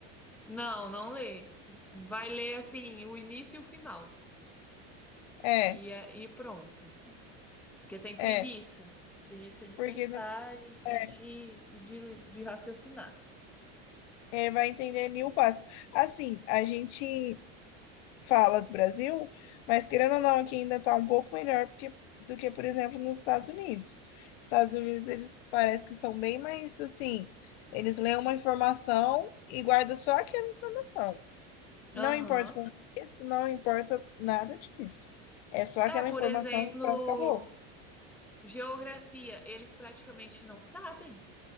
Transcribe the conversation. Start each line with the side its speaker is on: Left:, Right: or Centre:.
Centre: não, não lê. Vai ler assim, o início e o final.
Left: É,
Centre: E, é- e pronto. Porque tem preguiça.
Left: é,
Centre: Preguiça de
Left: porque
Centre: pensar
Left: não,
Centre: e,
Left: é,
Centre: e de, e de de raciocinar.
Left: é, vai entender ali o básico. Assim, a gente fala do Brasil, mas querendo ou não, aqui ainda está um pouco melhor porque- do que, por exemplo, nos Estados Unidos. Estados Unidos, eles parece que são bem mais assim, eles leem uma informação e guardam só aquela informação. Não
Centre: Aham.
Left: importa o contexto, não importa nada disso. É só aquela
Centre: É, por
Left: informação
Centre: exemplo,
Left: e pronto, acabou.
Centre: geografia, eles praticamente não sabem.